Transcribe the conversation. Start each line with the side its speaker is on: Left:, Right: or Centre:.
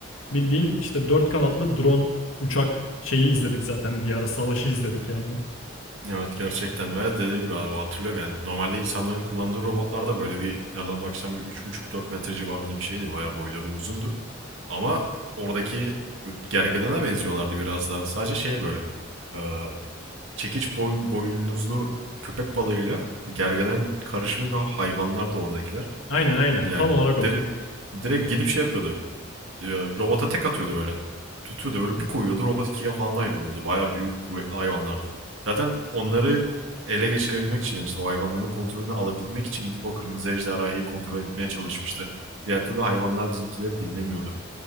Left: bildiğin işte dört kanatlı drone uçak şeyi izledik zaten bir ara savaşı izledik yani.
Right: Evet gerçekten ve dediğim gibi abi, hatırlıyorum yani normalde insanların kullandığı robotlar da böyle bir nereden baksan bir üç buçuk dört metre civarında bir şeydi. Bayağı boyları uzundu. Ama oradaki gergedana benziyorlardı biraz daha. Sadece şey böyle e, çekiç boyun, boynuzlu köpek balığıyla gergeden karışımı bir hayvanlar da oradakiler.
Left: Aynen aynen
Right: Ya
Left: tam olarak o.
Right: direkt, direkt gidip şey yapıyordu. robota tek atıyordu böyle. Tutuyordu böyle bir koyuyordu robot ikiye falan ayrılıyordu. Baya büyük kuvvetli hayvanlardı. Zaten onları ele geçirebilmek için işte o hayvanların kontrolünü alabilmek için gidip o kırmızı ejderhayı kontrol etmeye çalışmıştı. Diğer türlü hayvanlar bizimkileri dinlemiyordu.